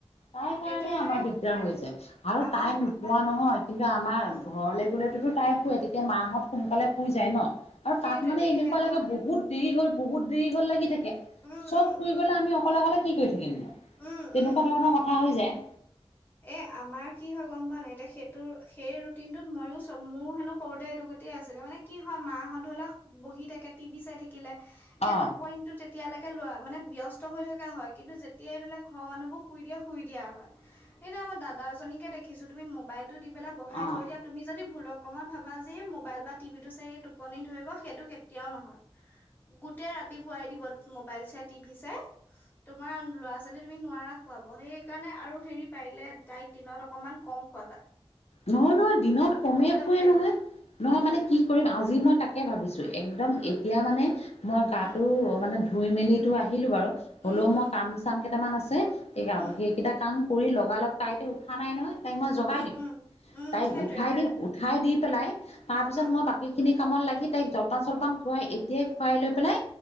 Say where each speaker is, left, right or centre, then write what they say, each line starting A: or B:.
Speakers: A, on the left; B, on the left.
A: তাই কাৰণেই
B: এতিয়া
A: আমাৰ
B: সেই
A: দিগদাৰ হৈ যায়। আৰু
B: আমাৰ
A: তাই নুশুৱা নহয় কিন্তু আমাৰ
B: উম
A: ঘৰলে গ'লেতোতো তাই নুশোৱে তেতিয়া মাহত সোনকালে শুই যায় ন' আৰু
B: সেইটোৱে
A: তাত মানে
B: দেখে
A: এনেকুৱা
B: নহয়
A: লাগে বহুত দেৰি হ'ল বহুত দেৰি হ'ল লাগি থাকে,
B: উম
A: চব
B: উম
A: শুই
B: উম
A: গ'লে আমি অকলে অকলে কি কৰি থাকিমনো।
B: উম
A: তেনেকুৱা
B: উম
A: ধৰণৰ কথা হৈ যায়।
B: এ আমাৰ কি হয় গ'ম পোৱা নাই, এতিয়া সেইটো সেই ৰুটিনটোত ময়ো চব ময়ো হেনো সৰুতে এইটো গতিয়ে আছিলো, মানে কি হয় মাহঁত ধৰি ল' বহি থাকে, টিভি চাই থাকি লে সেই
A: অ
B: টোপনিটো তেতিয়ালৈকে লৰা মানে ব্যস্ত হৈ থকা হয়, কিন্তু যেতিয়াই ধৰি ল' ঘৰ মানুহবোৰ শুই দিয়ে শুই দিয়া হয়।
A: <inaudible>
B: সেইদিনা আমাৰ দাদাৰজনীকে দেখিছো তুমি মোবাইলটো দি পেলাই বহাই
A: অ
B: থৈ দিয়া তুমি যদি ভুলক্ৰমত ভাবা যে এই মোবাইল বা টিভিটো চাই টোপনি ধৰিব সেইটো কেতিয়াও নহয়। গোটেই ৰাতিপুৱাই দিব মোবাইল চাই, টিভি চাই। তোমাৰ ল'ৰা-ছোৱালী তুমি নোৱাৰা শুৱাব। সেইেকাৰণে আৰু হেৰি পাৰিলে তাইক দিনত অকমান ক'ম খোৱাবা।
A: নহয় নহয় দিনত কমে শুৱে
B: উঠাই
A: নহয়।
B: দিবা
A: নহয়
B: উম
A: মানে কি কৰিম আজি মই তাকে ভাবিছো, একদম
B: উম
A: এতিয়া মানে মই গাটো
B: উম
A: মানে ধুই মেলিটো আহিলো বাৰু, হ'লেও
B: উম
A: মই
B: উম
A: কাম-চাম কেইটামান আছে এই
B: উম
A: সেইকেইটা কাম কৰি লগালগ তাই এতিয়া উঠা নাই নহয়, তাইক মই জগাই
B: উম
A: দিম।
B: উম উম
A: তাইক
B: সেইটোৱে
A: উঠাই
B: অ
A: দিম উঠাই দি পেলাই, তাৰ পিছত
B: উম
A: মই বাকীখিনি কামত লাগি তাইক জলপান-চলপান খুৱাই এতিয়াই খুৱাই লৈ পেলাই,